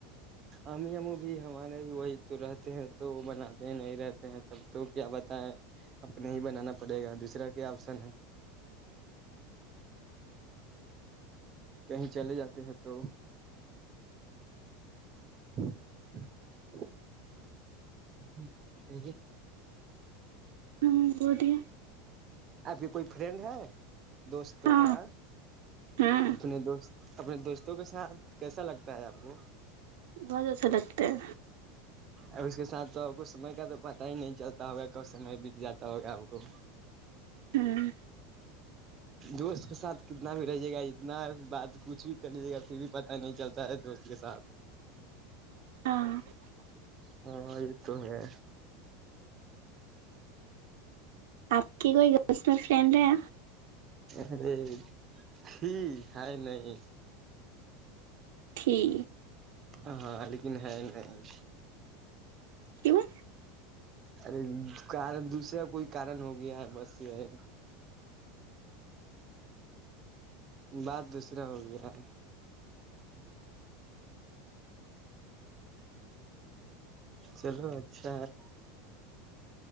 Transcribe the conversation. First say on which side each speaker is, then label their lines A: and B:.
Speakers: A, on the right; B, on the right.
A: امی ہمارا بھی وہی اتراتے ہیں تو وہ بناتے ہیں نہیں رہتے ہیں تب تو کیا بتائیں اپنے ہی بنانا پڑے گا دوسرا کے اپشن ہے کہیں چلے جاتے ہیں تو <unintelligible> <inaudible> <inaudible>
B: ہوں بولیے
A: ایسی کوئی فرینڈ ہے دوست تو
B: ہاں
A: ہیں
B: ہوں
A: اپنے دوست اپنے دوستوں کے ساتھ کیسا لگتا ہے اپ کو
B: بہت اچھا لگتا ہے
A: اب اس کے ساتھ کچھ سمے کا تو پتہ ہی نہیں چلتا ہوگا کون سے میں بت جاتا ہوگا اپ کو
B: ہوں
A: دوست کے ساتھ کتنا بھی رہیے گا اتنا بات کچھ بھی کری پتہ نہیں چلتا ہے تو اس کے ساتھ
B: <inaudible>
A: ہاں وہی تو ہے
B: اپ کی مسلم فرینڈ ہے
A: ارے جی ہے نہیں
B: ٹھیک
A: ہاں لیکن ہے نہیں
B: <unintelligible>
A: ارے نہیں کارن دوسرا کوئی کارن ہو گیا ہے بس یہی بس دوسرا ہو گیا چلو اچھا ہے